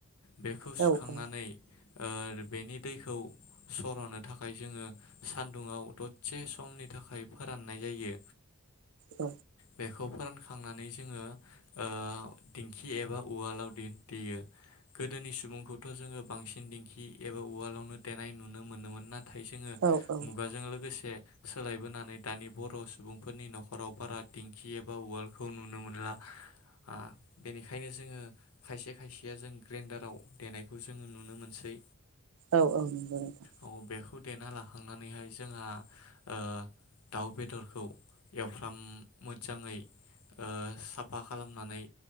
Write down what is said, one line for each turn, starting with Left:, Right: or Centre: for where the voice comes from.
Left: बेखौ
Right: औ
Left: सुखांनानै
Right: औ
Left: ओ बेनि दैखौ सर'नो थाखाय जोङो सान दुङाव दसे समनि थाखाय फोराननाय जायो।
Right: औ
Left: बेखौ फोरानखांनानै जोङो ओ दिंखि एबा उवालाव दे-देयो गोदोनि सुबुंखौथ जोङो बांसिन दिंखि एबा उवालावनो देनाय नुनो मोनोमोन। ना थाय जोङो
Right: औ
Left: जों लोगोसे सोलायबोनानै दानि बर सुबुं फोरनि नखराव बारा दिंखि एब बा उवालखौ नुनो मोनला ओ बेनिखायनो जोङो खायसे खायसेया जों ग्रेन्डाराव देनायखौ जोङो नुनो मोनसै।
Right: औ औ नंगौ नोंथां
Left: औ बेखौ देना ला थांनानैहाय जोंहा ओ दाउ बेदरखौ एवफ्राम मोजाङै ओ साफा खालामनानै